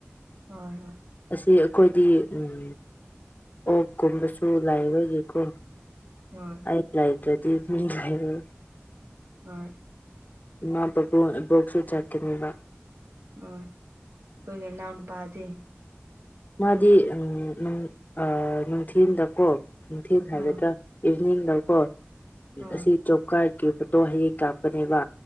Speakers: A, on the right (about 65°); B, on the left (about 40°).
A: ꯍꯣꯏ ꯍꯣꯏ
B: ꯑꯁꯤ ꯑꯈꯣꯏꯗꯤ ꯎꯝ ꯑꯣꯛꯀꯨꯝꯕꯁꯨ ꯂꯥꯏꯕꯒꯤꯀꯣ
A: ꯉꯣꯏ
B: ꯑꯩ ꯂꯩꯇ꯭ꯔꯥꯗꯤ ꯃꯤ ꯂꯩꯔꯣꯏ
A: ꯍꯣꯏ
B: ꯏꯃꯥ ꯕꯕꯨꯟ ꯏꯕꯣꯛꯁꯨ ꯆꯠꯀꯅꯤꯕ
A: ꯎꯝ ꯈꯣꯏꯒꯤ ꯏꯅꯥꯎꯅꯨꯄꯥꯗꯤ
B: ꯃꯥꯗꯤ ꯎꯝ ꯅꯨꯡ ꯑ ꯅꯨꯡꯊꯤꯟꯗꯀꯣ ꯅꯨꯡꯊꯤꯟ ꯍꯥꯏꯒꯗ꯭ꯔꯥ
A: ꯎꯝ
B: ꯏꯚꯤꯟꯗꯀꯣ
A: ꯎꯝ
B: ꯑꯁꯤ ꯖꯣꯕ ꯀ꯭ꯥꯔ꯭ꯠꯀꯤ ꯐꯣꯇꯣ ꯍꯌꯦꯡ ꯀꯥꯞꯀꯅꯤꯕ